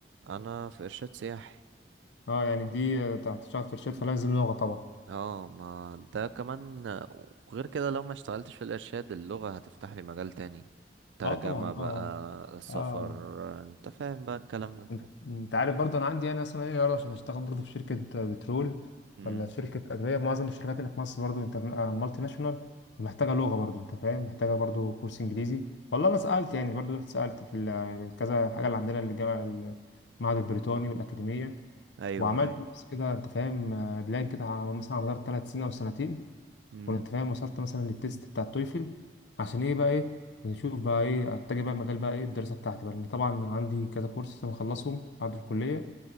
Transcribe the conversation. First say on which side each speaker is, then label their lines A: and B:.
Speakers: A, on the right; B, on the left.
A: انا في ارشاد سياحي
B: اه يعني دي آه، بتاعت تشتغل في شركات فلازم لغة طبعا
A: اه ما ده كمان وغير كده لو ما اشتغلتش في الارشاد اللغة هتفتح لي مجال تاني ترجمة
B: اه طبعا
A: بقى
B: اه
A: سفر
B: اه
A: انت فاهم بقى الكلام ده
B: انت انت عارف برضه انا عندي يعني اصلا ايه عرض عشان اشتغل برضه في شركه بترول
A: امم
B: ولا شركه ادويه معظم الشركات اللي في مصر برضه انتر... آه، مالتي ناشونال ومحتاجه لغه برضه انت فاهم محتاجه برضه كورس انجليزي والله انا سالت يعني برضه رحت سالت في ال- كذا حاجه اللي عندنا الجامعه المعهد البريطاني والاكاديميه
A: ايوه
B: وعملت
A: ايوه
B: نفس كده انت فاهم آه، بلان كده على- مثلا على مدار ثلاث سنين او سنتين
A: امم
B: كنت فاهم وصلت مثلا للتيست بتاع التويفل عشان ايه بقى ايه نشوف بقى ايه اتجه بقى مجال بقى ايه الدراسه بتاعتي بقى لان طبعا عندي كذا كورس لازم اخلصهم بعد الكليه